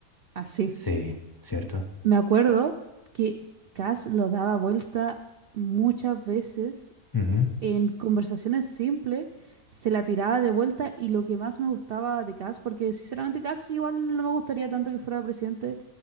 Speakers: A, on the right; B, on the left.
A: Así.
B: Sí, cierto.
A: Me acuerdo que Kass lo daba vuelta muchas veces
B: Ujú,
A: en conversaciones simples se la tiraba de vuelta y lo que más me gustaba de Cass, porque sinceramente Cass igual no me gustaría tanto que fuera presidente,